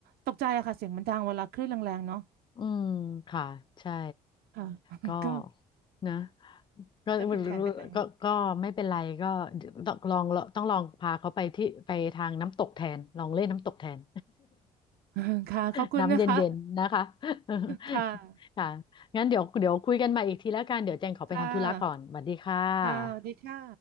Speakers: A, on the right; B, on the left.
A: ตกใจอะค่ะเสียงมันดังเวลาคลื่นแรงๆเนาะ
B: อืมค่ะ ใช่
A: ค่ะ <laughs>
B: ก็
A: ก็
B: นะ ก็
A: ก็ผิดแผนไปหน่อย
B: ก็ก็ไม่เป็นไรก็ต้องลองต้องลองพาเขาไปที่ไปทางน้ำตกแทนลองเล่นน้ำตกแทน
A: <laughs> ค่ะขอบคุณนะคะ
B: <laughs> น้ำเย็นๆนะคะ <laughs>
A: ค่ะ
B: ค่ะงั้นเดี๋ยวเดี๋ยวคุยกันใหมาอีกทีแล้วกันเดี๋ยวแจงขอไปทำธุระก่อนสวัสดีค่ะ
A: ค่ะค่ะสวัสดีค่ะ